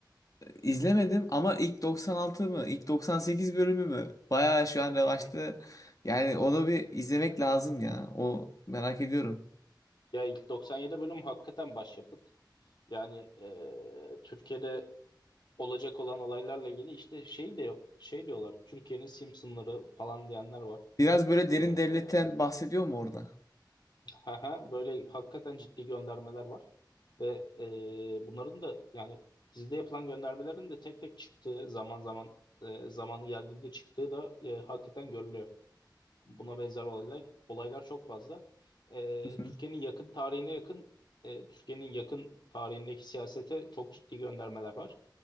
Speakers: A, on the left; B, on the left.
A: İzlemedim ama ilk 96 mı? İlk 98 bölümü mü? Bayağı şu an revaçta.
B: Hı hı.
A: Yani onu bir izlemek lazım ya. O merak ediyorum.
B: Ya ilk 97 bölüm hakikaten başyapıt. Yani e, Türkiye'de olacak olan olaylarla ilgili işte şey de şey diyorlar. Türkiye'nin Simpsonları falan diyenler var.
A: Biraz böyle derin
B: Ee,
A: devletten bahsediyor mu orada?
B: Aha, böyle hakikaten ciddi göndermeler var. Ve e, bunların da yani sizde yapılan göndermelerin de tek tek çıktığı zaman zaman e, zamanı geldiğinde çıktığı da e, hakikaten görülüyor. Buna benzer olaylar olaylar çok fazla. Ee,
A: <laughs> Hı hı,
B: Türkiye'nin yakın tarihine yakın e, Türkiye'nin yakın tarihindeki siyasete çok ciddi göndermeler var.